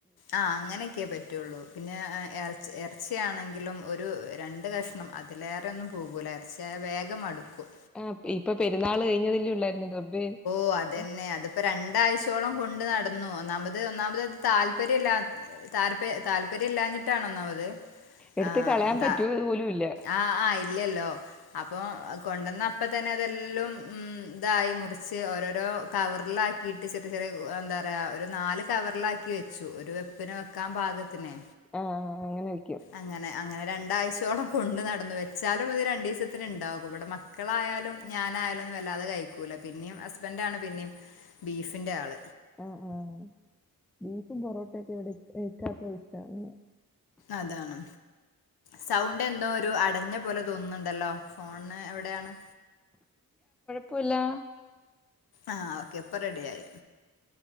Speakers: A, on the left; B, in the centre.
A: ആ അങ്ങനെയൊക്കെ പറ്റുള്ളൂ പിന്നെ എർച്ചി ർച്ചിയാണെങ്കിലും ഒരു രണ്ട് കഷ്ണം അതിലേറെ ഒന്നും പോകൂ എർച്ചിയായ വേഗം മട്ക്കും.
B: ആ ഇപ്പൊ <unintelligible> റബ്ബേ
A: ഓ അതെന്നെ
B: ഇപ്പ
A: അതിപ്പോ രണ്ടാഴ്ചയോളം കൊണ്ട് നടന്നു. ഒന്നാമത് ഒന്നാമത് അത് താല്പര്യം ഇല്ലാ. താല്പര്യം. താല്പര്യം. ഇല്ലാഞ്ഞിട്ടാണ് ഒന്നാമത്.
B: എടുത്ത്
A: ആ
B: കളയാൻ പറ്റോ
A: ത
B: അതു പോലുമില്ല.
A: ആ ആ ഇല്ലല്ലോ അപ്പൊ കൊണ്ടന്നപ്പോ തന്നെ അതെല്ലും മ് ഇതായി മുറി ച്ച് ഓരോരോ കവറിലാക്കിട്ട് ചെറിയ ചെറ എന്താ പറയ ഒരു നാല് കവറിലാക്കി വെച്ചു ഒര് പിന്നെ വെക്കാൻ. പാകത്തിനെ
B: ആഹ് അങ്ങനെ വെയ്
A: അങ്ങനെ. അങ്ങനെ. രണ്ടാഴ്ചയോളം കൊണ്ട് നടന്നു. വെച്ചാലും അത് രണ്ടു ദിവസത്തിന്ണ്ടാവും. ഇവിടെ മക്കളായാലും. ഞാനായാലും. ന്നു വല്ലാതെ കഴിക്കൂല. പിന്നെയും ഹസ്ബന്റാണ് പിന്നിം ബീഫിൻ്റെ ആൾ.
B: ആ ആ ബീഫും പൊറോട്ടൊക്കെ ഇവിടെ എക്കാക്ക് ഇഷ്ടാണ്.
A: അതാണ് സൗണ്ട് എന്തോ ഒരു അടഞ്ഞ പോലെ തോന്നുന്നുണ്ടല്ലോ. ഫോണ് എവിടെയാണ്.
B: പുലാ
A: ആ ഓക്കെ ഇപ്പൊ റെഡി ആയി.